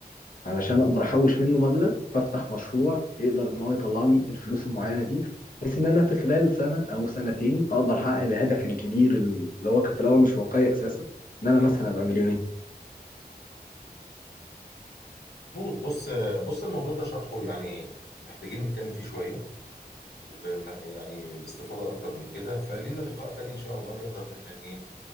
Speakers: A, on the left (about 55°); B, on the left (about 85°).
A: علشان اقدر احوش منه مبلغ فافتح مشروع يقدر ان هو يطلع لي الفلوس المعينه دي بحيث ان انا في خلال سنه او سنتين اقدر احقق الهدف الكبير اللي هو كان في الاول مش واقعي اساسا ان انا
B: مم.
A: مثلا ابقى مليونير
B: مظبوط بص بص الموضوع ده شرحه يعني محتاجين نتكلم فيه شوية وما يعني باستفاضة أكتر من كده فلينا لقاء تاني إن شاء الله نقدر إن إحنا إيه